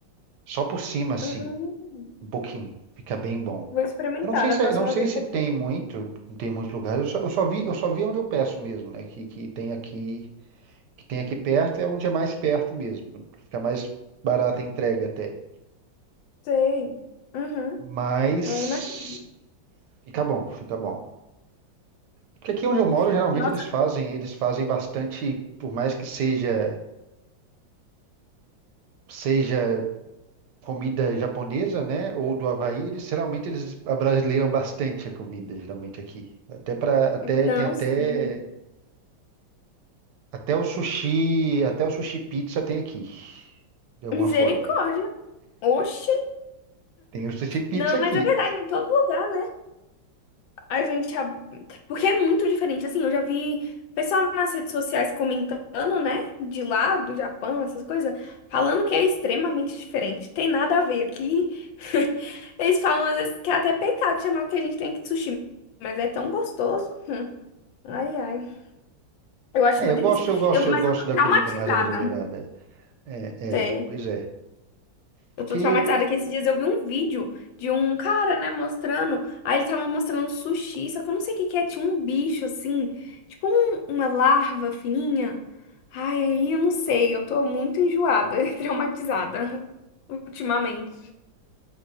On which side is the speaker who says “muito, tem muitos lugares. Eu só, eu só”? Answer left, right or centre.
Right